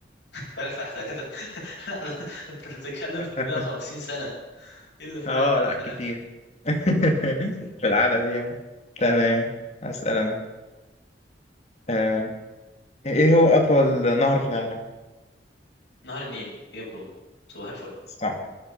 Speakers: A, on the left; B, on the left.
A: <laughs> فرقت على ثلاثة <laughs> لا، ده- أنت بتتكلم
B: <laughs>
A: في 150 سنة إيه اللي فرقت
B: اه
A: على
B: لا
A: ثلاثة؟
B: كتير <laughs> في العدد يعني تمام أسأل أنا آه... ايه هو أطول نهر في العالم؟
A: نهر النيل يا برو صباح
B: صح